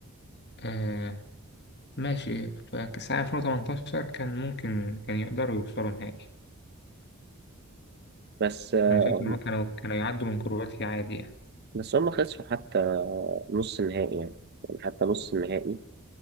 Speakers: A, on the left; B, on the right.
A: آه ماشي فكأس العالم 2018 كان ممكن كان يقدروا يوصلوا نهائي
B: بس آه،
A: انا شايف ان هم كانوا كانوا يعدوا من كرواتيا عادي يعني
B: بس هم خسروا حتى نص النهائي يعني يعني حتى نص النهائي